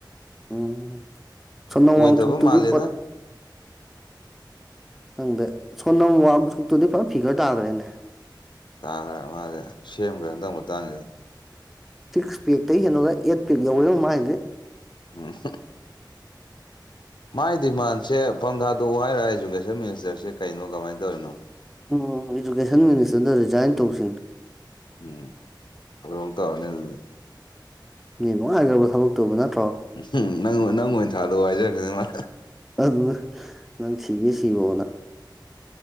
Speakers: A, in the centre; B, on the left.
A: ꯎꯝ ꯁꯅ
B: ꯑꯣꯏꯗꯕ
A: ꯋꯥꯡꯁꯨ ꯎꯠꯇꯗꯤ
B: ꯃꯥꯜꯂꯦꯗ
A: ꯄꯠ ꯈꯪꯗ ꯁꯣꯟꯅꯝ ꯋꯥꯡꯁꯨꯛꯇꯨꯗꯤ ꯐꯖ ꯐꯤꯒꯔ ꯇꯥꯈ꯭ꯔꯦꯅꯦ
B: ꯇꯥꯈ꯭ꯔꯦ ꯃꯥꯁꯦ ꯁꯦꯝꯈ꯭ꯔꯦ ꯍꯟꯗꯛ ꯃꯇꯥꯡꯁꯤꯗ
A: ꯁꯤꯛꯁ ꯄꯦꯛꯇ ꯍꯦꯜꯂꯣꯒ ꯑꯩꯠ ꯄꯦꯛ ꯌꯧꯋꯦꯕ ꯃꯥꯥꯏꯗꯤ
B: ꯎꯝ ꯃꯥꯥꯏ ꯗꯤꯃꯥꯟꯁꯦ ꯐꯝ ꯊꯥꯗꯣꯛꯎ ꯍꯥꯏꯔ ꯏꯖꯨꯀꯦꯁꯟ ꯃꯤꯅꯤꯁꯇꯔꯁꯦ ꯀꯩꯅꯣ ꯀꯃꯥꯏꯅ ꯇꯧꯔꯤꯅꯣ
A: ꯎꯝ ꯏꯗꯨꯀꯦꯁꯟ ꯃꯤꯅꯤꯁꯇꯔꯅ ꯔꯤꯖꯥꯏꯟ ꯇꯧꯁꯤꯅꯦ
B: ꯎꯝ ꯑꯣꯏꯔꯝ ꯇꯧꯅꯤ ꯑꯗꯨꯗꯤ
A: ꯃꯤ ꯅꯨꯡꯉꯥꯏꯈ꯭ꯔꯕ ꯊꯕꯛꯇꯨꯕ ꯅꯠꯇ꯭ꯔꯣ
B: ꯎꯝꯝ ꯅꯪ ꯅꯪ ꯑꯣꯏꯅ ꯊꯥꯗ ꯍꯥꯏꯖꯔꯈꯗ ꯃꯥ
A: ꯑꯗꯨꯅ ꯅꯪ ꯁꯤꯒꯦ ꯁꯤꯔꯣꯅ